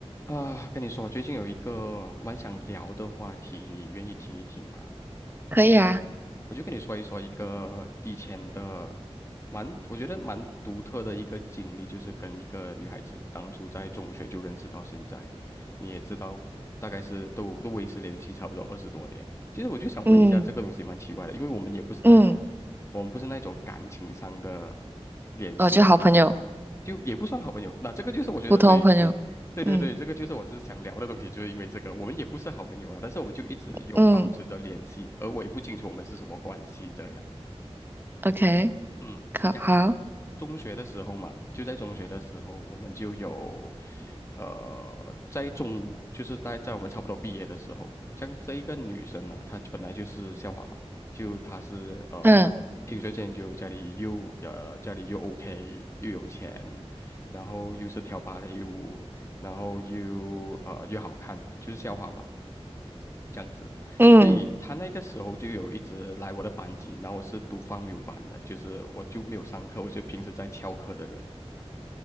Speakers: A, on the left (about 25°); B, on the right (about 20°).
A: 啊，跟你说，最近有一个蛮想聊的话题，你愿意听一听吗？
B: 可以啊，
A: 我就跟你说一说一个以前的蛮，我觉得蛮独特的一个经历，就是跟一个女孩子当初在中学就认识到现在，你也知道，大概是都都维持联系差不多二十多年。其实我就想问一下，
B: 嗯
A: 这个东西蛮奇怪的，因为我们也不是那种，
B: 嗯
A: 我们不是那种感情上的联系，
B: 哦，就好朋友，
A: 就也不算好朋友。那这个就是我觉得最最对对对，
B: 普通朋友。嗯
A: 这个就是我是想聊的东西，就是因为这个，我们也不是好朋友啊，但是我们就一直有保持着联系，
B: 嗯
A: 而我也不清楚我们是什么关系这样。
B: ，OK，
A: 嗯，
B: 可好，
A: 是这样子的。中学的时候嘛，就在中学的时候，我们就有，呃，在中午，就是在在我们差不多毕业的时候，像这一个女生呢，她本来就是校花嘛，就她是呃，
B: 嗯，
A: 品学兼优，家里又呃家里又 OK，又有钱，然后又是跳芭蕾舞，然后又呃又好看，就是校花嘛，这样子。
B: 嗯，
A: 所以他那个时候就有一直来我的班级，然后我是读放牛班的，就是我就没有上课，我就平时在翘课的人。